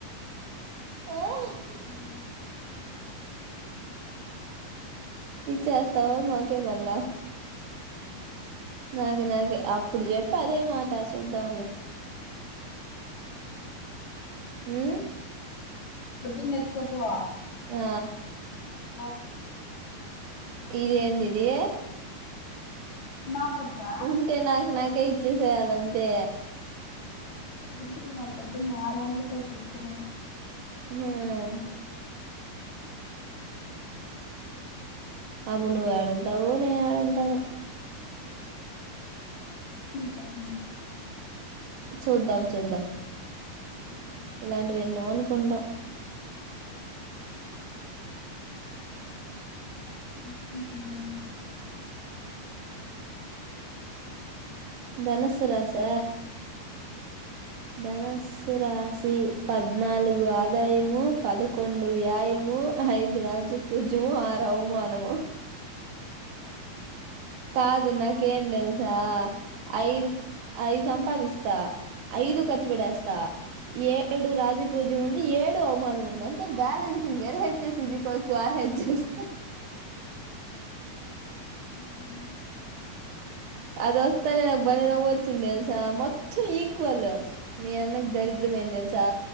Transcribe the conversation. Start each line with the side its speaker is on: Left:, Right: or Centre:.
Right: ఓ హా
Left: హ్మ్.
Right: ఇచ్చేస్తావా మాక్ ఓకే మళ్ళా. నాకే నాక్ అప్పుడు చెప్పు అదే మాట చూద్దాంలే. హ్మ్
Left: పొద్దున్నే. చెప్పువా
Right: ఆ
Left: బ
Right: ఇది ఏందిది.
Left: మాకొద్దా
Right: ఉంటే నాకు నాకే ఇచ్చేస్ ఇచ్చేయాలి అంతే.
Left: పొద్దున్నా పొద్దున్నా. ఎలాంటి కోడ్ తీసుకున్నవ్.
Right: హ్మ్. అప్పుడు నువ్వు ఏడుంటావో నేను ఏడుంటానో
Left: పక్కన
Right: చూద్దాం. చూద్దాం.
Left: ఉమ్.
Right: ఇలాంటివి ఎన్నో అనుకుంటాం.
Left: హు. <inaudible>
Right: ధనుస్సు రాశి ధనుస్. తు రాశి పద్నాలుగు ఆదాయము పదకొండు వ్యాయము ఐదు రాజ్య పూజ్యము ఆరు అవమానము. కాదు నాకేం తెలుసా ఐదు ఐదు సంపాదిస్తా ఐదూ ఖర్చుపెట్టేస్తా ఏడు రాజపూజ్యం ఉంది ఏడు అవమానం ఉంది అంటే balancing L హెచ్చేఎస్ ఈజికొల్ట్ R H S
Left: మనము.
Right: అదొస్తేనే నాకు భలే నవ్వొచ్చింది తెలుసా మొత్తం ఈక్వల్ మీ అన్నకు దరిద్రమేంది తెలుసా